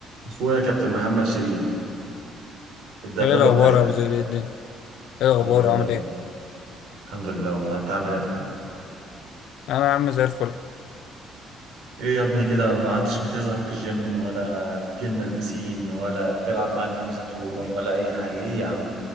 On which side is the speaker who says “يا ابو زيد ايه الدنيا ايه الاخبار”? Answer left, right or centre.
Left